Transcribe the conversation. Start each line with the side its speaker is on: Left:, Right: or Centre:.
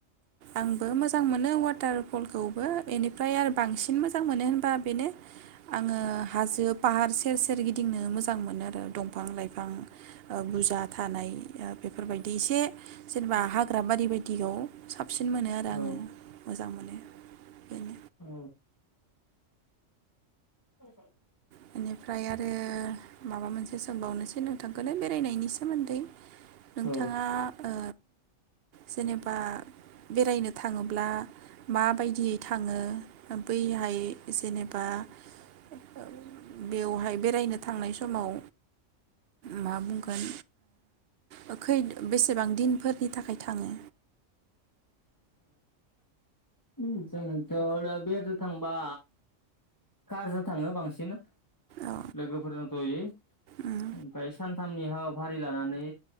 Right: आंबो मोजां मोनो वाटार फलखौबो बेनिफ्राय आरो बांसिन मोजां मोनो होनबा बेनो आङो हाजो फाहार सेर सेर गिदिंनो मोजां मोनोआरो दंफां लाइफां ओबुरजा थानाय बेफोरबायदि एसे जेनेबा हा बाब बारि बायदियाव साबसिन मोनोआरो
Left: औ
Right: आङो मो <unintelligible>
Left: औ। औ <inaudible>
Right: बेनिफ्राय आरो माबा मोनसे सोंबावनोसै नोंथांखौनो बेरायनायनि सोमोन्दै नोंथाङा
Left: औ
Right: ओ जेनेबा बेरायनो थाङोब्ला माबायदियै थाङो बैहाय जेनेबा आ <unintelligible> बेवहाय बेरायनो थांनाय समाव मा बुंगोन ओ खै बेस बां दिनफोरनि थाखाय थाङो?
Left: उम जोंथ' दा बेरनो थांबा कारजों थाङो बांसिन
Right: औ
Left: लोगोफोरजों जयै
Right: उम
Left: ओमफ्राय सानथामनि हाबाफारि लानानै